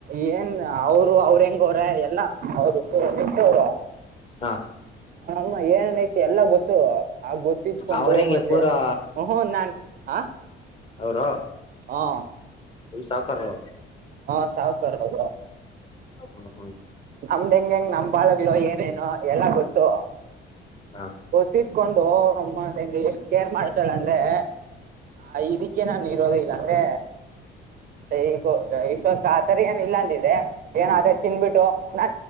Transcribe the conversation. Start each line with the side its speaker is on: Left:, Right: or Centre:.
Right: ಏನ್ ಅವರು ಅವ್ರ ಹೆಂಗ ಅವ್ರ ಎಲ್ಲ ಅವರು ನಿಚ ಅವರ
Left: ಹಾ
Right: ಹಮ್ಮ ಏನನ್ ಐತಿ ಎಲ್ಲ ಗೊತ್ತ ಆ ಗೊತ್ತಿತ್ಕೊಂಡು
Left: ಅವ್ರ ಹೆಂಗೆ
Right: ಮತ್ತೆಹ
Left: ಪೂರಾ
Right: ನಾನ್ ಹ
Left: ಅವ್ರು
Right: ಹಾ
Left: ಫುಲ್ ಸಾಹುಕಾರು
Right: ಹಾ ಸಾವ ಕಾರು
Left: ಹ್ಮ್ ಹ್ಮ್
Right: ನಮ್ದ ಹೆಂಗಗೆ ಹೆಂಗ್ ನಮ್ ಬಾಳಗ್ಗಳು ಏನೇನು ಎಲ್ಲ ಗೊತ್ತು
Left: ಹಾ
Right: ಗೊತ್ತತ್ಕೊಂಡು ಅಮ್ಮಗೆ ಎಷ್ಟು ಕೇರ್ ಮಾಡ್ ಲ್ಲ ಅಂದ್ರೆ ಆ ಇದಕ್ಕೆ ನಾನು ಇರೋದ ಇಲ್ಲ ಅಂದ್ರೆ ಸ ಈಗ ಇವ ಆತರ ಏನು ಇಲ್ಲಾಂದಿದೆ ಏನ ಆತ ತಿನ್ಬಿಟ್ಟು ನ